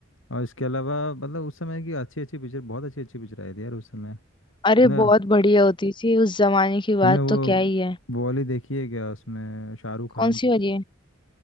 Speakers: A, on the left (about 70°); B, on the left (about 20°).
A: और इसके अलावा मतलब उस समय की अच्छी अच्छी पिक्चर बहुत अच्छी अच्छी पिक्चर आई थी यार उस समय
B: अरे
A: तूने
B: बहुत बढ़िया होती थी उस जमाने की बात
A: तूने वो
B: तो क्या ही है
A: वो वाली देखी है क्या उसमें शाहरुख खान
B: कौन सी
A: की
B: वाली है